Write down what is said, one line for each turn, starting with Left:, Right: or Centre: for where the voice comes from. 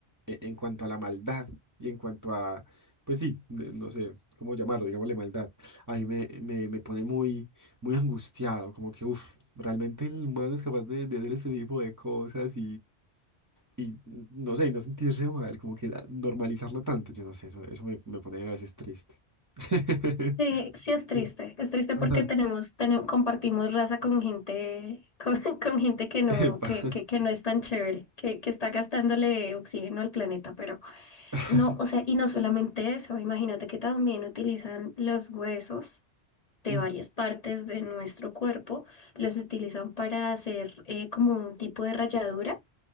Right: e- en, cuanto a la maldad y en cuanto a... Pues sí, de- no sé cómo llamarlo, digámosle maldad. A mí me, me, me pone muy, muy angustiado, como que, uff, realmente el humano es capaz de, de hacer ese tipo de cosas Y no sé, y no sentirse mal, como que ah, normalizarlo tanto, yo no sé, eso, eso me, me pone a veces triste. <laughs>
Left: Sí, sí es triste,
Right: Pero-
Left: es triste
Right: Ajá.
Left: porque tenemos, tene- compartimos raza con gente, con, <laughs> con gente que no,
Right: Epa.
Left: que, que, que no es tan chévere, que, que está gastándole oxígeno al planeta, pero
Right: <laughs>
Left: no, o sea, y no solamente eso, imagínate que también utilizan los huesos de
Right: Mm,
Left: varias partes de nuestro cuerpo, los utilizan para hacer eh, como un tipo de ralladura